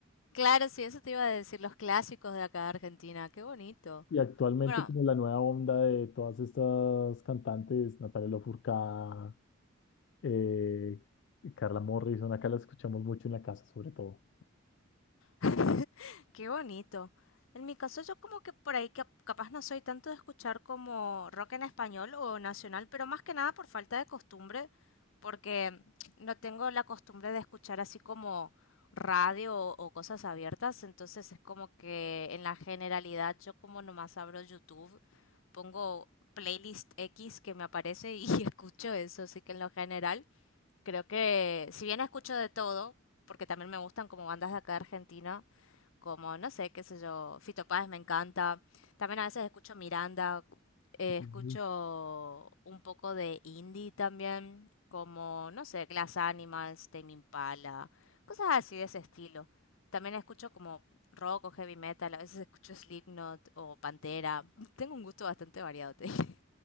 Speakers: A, on the left (about 80°); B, on the left (about 60°).
A: claro, sí, eso te iba a decir, los clásicos de acá de Argentina. Qué bonito.
B: Y actualmente
A: Bueno,
B: como la nueva onda de todas estas cantantes, Natalia Lafourcade, eh, y Carla Morrison, acá las escuchamos mucho en la casa sobre todo.
A: <laughs> Qué bonito. En mi caso, yo como que por ahí cap- capaz no soy tanto de escuchar como rock en español o nacional, pero más que nada por falta de costumbre, porque no tengo la costumbre de escuchar así como radio o, o cosas abiertas, entonces es como que en la generalidad yo como nomás abro YouTube, pongo playlist X que me aparece y <laughs> escucho eso, así que en lo general creo que si bien escucho de todo, porque también me gustan como bandas de acá de Argentina, como, no sé, qué sé yo, Fito Páez me encanta. También a veces escucho Miranda, eh, escucho
B: Ujú.
A: un poco de indie también, como, no sé, Glass Animals, Tame Impala, cosas así de ese estilo. También escucho como rock o heavy metal, a veces escucho Slipknot o Pantera. <laughs> Tengo un gusto bastante variado, te dije.